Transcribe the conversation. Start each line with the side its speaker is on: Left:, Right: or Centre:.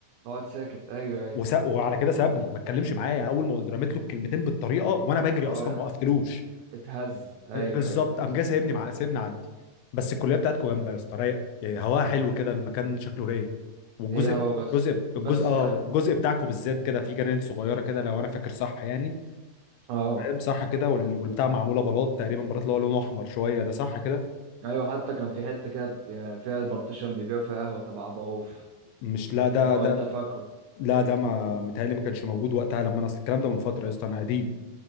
Right: اقعد ساكت ايوه ايوه
Left: وس... وعلى كده سابني ما اتكلمش معايا اول ما قلت رميت له الكلمتين بالطريقه وانا بجري
Right: هو
Left: اصلا ما وقفتلوش
Right: اتهز ايوه
Left: آه، بالظبط
Right: ايوه فعلا
Left: قام جاي سايبني مع سايبني عدي بس الكليه بتاعتكم جامده يا اسطى رايقه يعني هواها حلو كده المكان شكله رايق والجزء
Right: هي هو بس
Left: الجزء الجزء
Right: بس
Left: اه الجزء بتاعكم بالذات كده في جنان صغيره كده لو انا فاكر صح يعني
Right: <laughs> اه
Left: مساحه كده وال- والبتاع معموله بلاط تقريبا بلاط اللي هو لونه احمر شويه ده صح كده
Right: ايوه حتى كان في حته كده ب- فيها بارتيشن بيبيعوا فيها قهوه تبع ابو عوف
Left: مش لا ده
Right: لو
Left: ده
Right: انت فاكره
Left: لا ده ما متهيألي ما كانش موجود وقتها لما انا اصل الكلام ده من فتره يا اسطى انا قديم